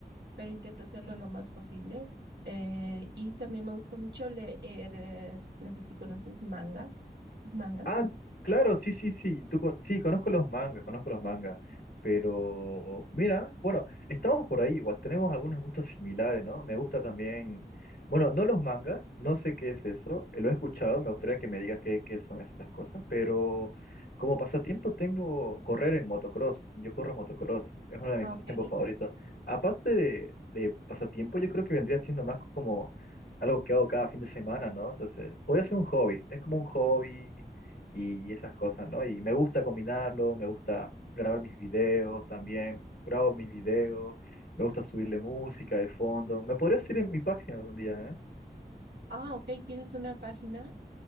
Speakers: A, on the right; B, on the left.
A: pero intento hacerlo lo más posible. Eh, y también me gusta mucho leer, eh, no sé si conoces mangas, los mangas
B: Ah, claro, sí, sí, sí. Tú, con- sí, conozco los mangas, conozco los mangas. Pero, mira, bueno, estamos por ahí, igual tenemos algunos gustos similares, ¿no? Me gusta también, bueno, no los mangas, no sé qué es eso, eh, lo he escuchado, me gustaría que me digas qué, qué son esas cosas, pero como pasatiempo tengo correr en motocross, yo corro en motocross, es uno de mis
A: Ah,
B: pasatiempos
A: Ok.
B: favoritos. Aparte de, de pasatiempo, yo creo que vendría siendo más como algo que hago cada fin de semana, ¿no? Entonces, podría ser un hobby, es como un hobby y esas cosas, ¿no? Y me gusta combinarlo, me gusta grabar mis videos también, grabo mis videos, me gusta subirle música de fondo. Me podrías ir en mi página algún día, ¿eh?
A: Ah, ok, tienes una página.